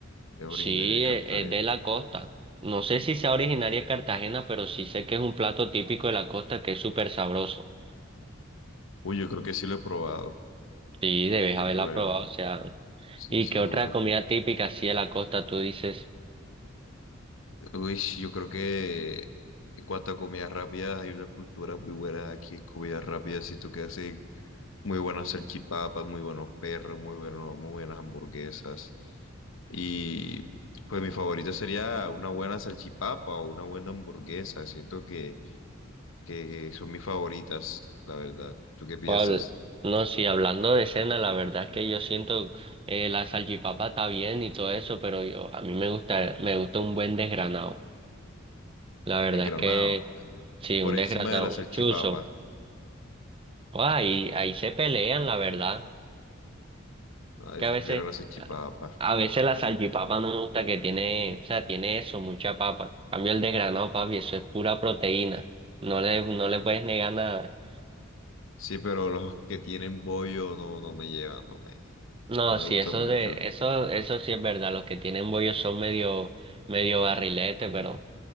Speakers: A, on the left (about 70°); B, on the right (about 25°).
A: Es
B: Sí,
A: originaria de Cartagena.
B: e- es de la costa. No sé si sea originaria de Cartagena, pero sí sé que es un plato típico de la costa que es súper sabroso.
A: Uy, yo creo que sí lo he probado.
B: Sí, debes
A: Y
B: haberla
A: es bueno.
B: probado, o sea.
A: Sí,
B: ¿Y
A: seguro.
B: qué otra comida típica así de la costa tú dices?
A: Uy, yo creo que en cuanto a comidas rápidas, hay una cultura muy buena aquí en comidas rápidas. siento que hacen muy buenas salchipapas, muy buenos perros, muy bueno, muy buenas hamburguesas. Y pues mi favorita sería una buena salchipapa o una buena hamburguesa. Siento que, que son mis favoritas, la verdad. ¿Tú qué piensas?
B: ¿cuál? no, sí, hablando de cena, la verdad es que yo siento eh, la salchipapa está bien y todo eso, pero yo a mí me gusta me gusta un buen desgranado. La verdad
A: El granado.
B: es que sí,
A: Por
B: un desgranado,
A: encima de la salchipapa.
B: un chuzo. Ah, Ahí, ahí se pelean, la verdad.
A: Ay,
B: que a
A: prefiero
B: veces,
A: la salchipapa.
B: a a veces la salchipapa no me gusta que tiene, o sea, tiene eso, mucha papa. En Cambio el desgranado, papi, eso es pura proteína. No le, no le puedes negar nada.
A: Sí, pero los que tienen bollo no, no me llevan, no me,
B: No,
A: no me
B: sí,
A: gustan
B: eso
A: mucho.
B: de, eso, eso sí es verdad. Los que tienen bollos son medio, medio barrilete, pero,